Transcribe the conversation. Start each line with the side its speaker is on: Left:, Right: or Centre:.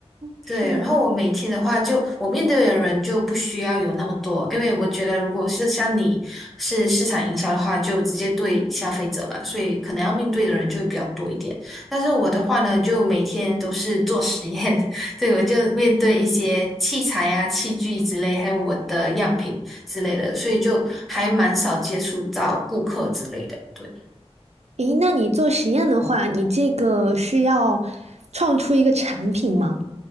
Right: 是吗？
Centre: 对，然后我每天的话就，我面对的人就不需要有那么多，因为我觉得如果是像你是市场营销的话，就直接对消费者嘛，所以可能要面对的人就会比较多一点。但是我的话呢，就每天都是做实验，<laughs> 对，我就面对一些器材啊、器具之类，还有我的样品之类的，所以就还蛮少接触到顾客之类的。对。
Right: 诶，那你做实验的话，你这个是要创出一个产品吗？